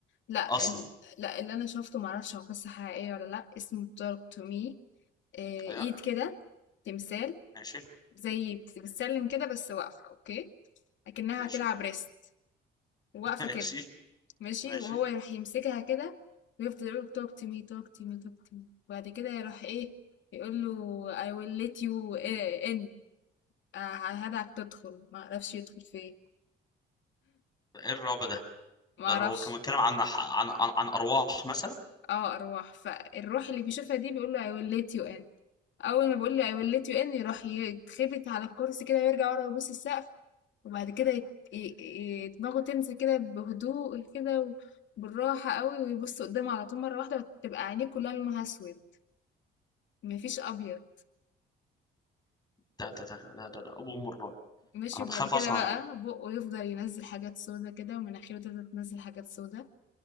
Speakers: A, on the left; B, on the left.
A: لا
B: اصلا
A: ال... لا اللي أنا شفته معرفش هو قصة حقيقية ولا لأ اسمه توك تو مي إيد
B: أيوة.
A: كده تمثال
B: ماشي
A: زي بت- بتسلم كده بس واقفة أوكي أكنها
B: ماشي
A: هتلعب ريست واقفة
B: <laughs> ماشي
A: كده ماشي
B: ماشي
A: وهو يروح يمسكها كده ويفضل يقول talk to me talk to me talk to me وبعد كده يروح ايه يقول له I will let you in آه، هدعك تدخل ما اعرفش يدخل فين
B: ايه الرعب ده
A: ما
B: ده
A: اعرفش
B: هو كان بيتكلم عن ح- عن عن, عن ارواح مثلا
A: اه ارواح فالروح اللي بيشوفها دي بيقول له I will let you in اول ما بيقول له I will let you in يروح يتخبط على الكرسي كده ويرجع ورا يبص السقف وبعد كده يت- ي- ي- دماغه تنسى كده بهدوء كده وبالراحة قوي ويبص قدامه على طول مرة واحدة وتبقى عينيه كلها لونها اسود مفيش ابيض
B: ده ده ده ده, ده, ده ابو ام الرعب
A: ماشي
B: انا
A: وبعد
B: بخاف
A: كده
B: اصلا
A: بقى
B: منه.
A: بقه يفضل ينزل حاجات سودا كده ومناخيره تفضل تنزل حاجات سودا